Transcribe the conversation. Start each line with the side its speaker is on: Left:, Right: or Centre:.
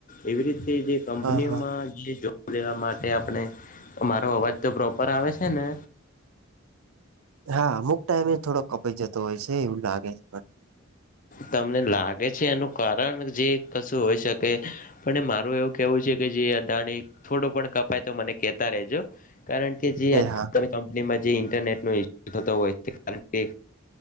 Left: એવી રીતે જે કંપનીઓમાં
Right: હા હા
Left: જે જોબ લેવા માટે આપણે મારો અવાજ તો પ્રોપર આવે છે ને?
Right: હા અમુક ટાઈમે થોડો કપાઈ જતો હોય છે એવું લાગે છે મ
Left: તમને લાગે છે એનું કારણ જે કશું હોય શકે? પણ મારું એવું કેવું છે કે જે અદાણી થોડું પણ કપાય તો મને કેતા રેજો કારણ કે જે આજલ
Right: એ હા
Left: ત કંપનીમાં જે ઇન્ટરનેટનો ઇસ્યુ થતો હોય છે કારણ કે